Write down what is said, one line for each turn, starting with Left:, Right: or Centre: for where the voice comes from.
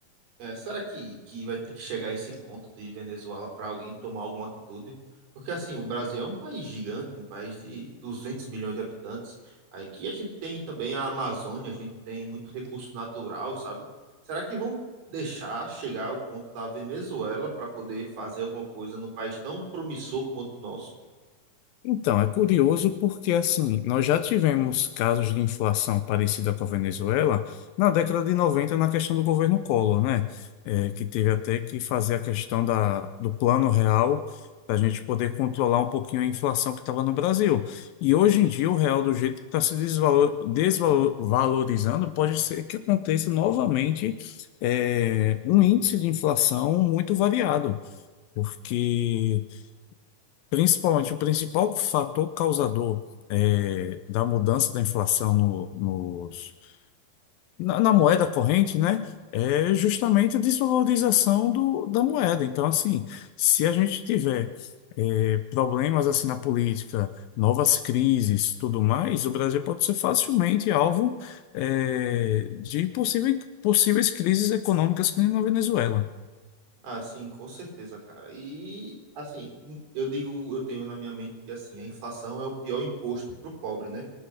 Right: É, será que, que vai ter que chegar a esse ponto de Venezuela para alguém tomar alguma atitude? Porque, assim, o Brasil é um país gigante, um país de 200 milhões de habitantes. Aqui a gente tem também a Amazônia, a gente tem muito recurso natural, sabe? Será que vão deixar chegar ao ponto da Venezuela para poder fazer alguma coisa num país tão promissor quanto o nosso?
Left: Então, é curioso porque, assim, nós já tivemos casos de inflação parecida com a Venezuela na década de 90 na questão do governo Collor, né? É, que teve até que fazer a questão da, do plano real para a gente poder controlar um pouquinho a inflação que estava no Brasil. E hoje em dia, o real, do jeito que está se desvalo- desvalorizando, pode ser que aconteça novamente, é, um índice de inflação muito variado, porque. Principalmente, o principal fator causador eh, da mudança da inflação no- nos- na, na moeda corrente, né, é justamente a desvalorização do- da moeda. Então, assim, se a gente tiver eh, problemas assim na política, novas crises, tudo mais, o Brasil pode ser facilmente alvo eh, de possíveis, possíveis crises econômicas que nem na Venezuela.
Right: Ah, sim, com certeza, cara. E, assim, eu digo, eu tenho na minha mente que, assim, a inflação é o pior imposto para o pobre, né?